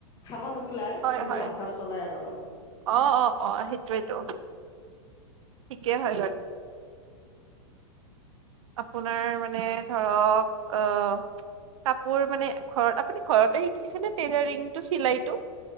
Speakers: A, on the left; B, on the right.
A: খাব নোকোলাই
B: হয়
A: কিন্তু
B: হয়
A: হাত খৰচ ওলাই আৰু অলপ
B: অ অ অ সেইটোৱেটো ঠিকে হয় বাৰ আপোনাৰ মানে ধৰক আহ কাপোৰ মানে ঘৰত আপুনি ঘৰতে শিকিছেনে টেইলাৰিং চিলাইটো